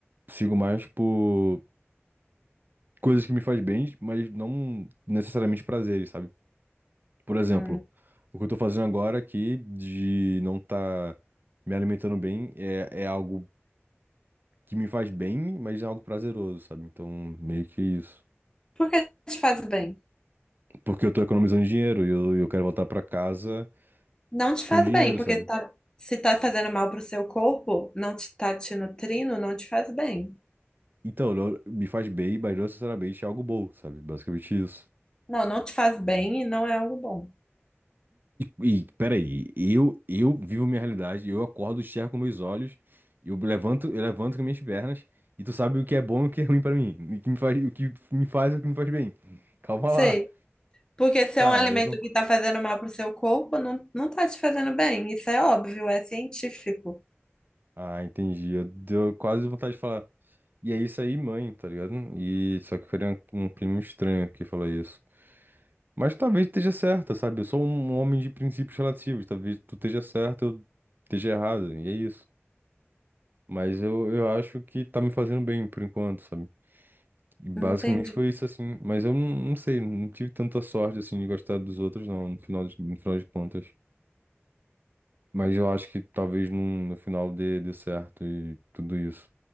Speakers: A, on the right (about 45°); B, on the left (about 15°).
A: sigo mais por. coisas que me faz bem, mas não necessariamente prazeres, sabe? Por exemplo,
B: Hum.
A: o que eu tô fazendo agora aqui de não tá me alimentando bem é, é algo que me faz bem, mas é algo prazeroso, sabe? Então, meio que isso.
B: Por que te faz bem?
A: Porque eu tô economizando dinheiro e eu, eu quero voltar pra casa
B: Não te
A: com
B: faz
A: dinheiro,
B: bem, porque
A: sabe?
B: tá, se tá fazendo mal pro seu corpo, não te tá te nutrindo, não te faz bem.
A: Então, não- me faz bem, mas não necessariamente é algo bom, sabe? Basicamente isso.
B: Não, não te faz bem e não é algo bom.
A: E, e peraí, eu, eu vivo minha realidade, eu acordo, enxergo com meus olhos, eu levanto, eu levanto com minhas pernas, e tu sabe o que é bom e o que é ruim pra mim, e o que me faz, o que me faz e o que me faz bem. Calma
B: Sei.
A: lá.
B: Porque se
A: Tá,
B: é um alimento
A: eu concordo.
B: que tá fazendo mal pro seu corpo, não, não tá te fazendo bem. Isso é óbvio, é científico.
A: Ah, entendi. Eu deu quase vontade de falar. E é isso aí, mãe, tá ligado? E só que foi um, um primo estranho que falou isso. Mas talvez esteja certa, sabe? Eu sou um um homem de princípios relativos. Talvez tu esteja certo, eu esteja errado. E é isso. Mas eu, eu acho que tá me fazendo bem por enquanto, sabe? E basicamente
B: Entendi.
A: foi isso, assim. Mas eu não, não sei, não tive tanta sorte, assim, de gostar dos outros, não, no final de, no final de contas. Mas eu acho que talvez num- no final dê, dê certo e tudo isso.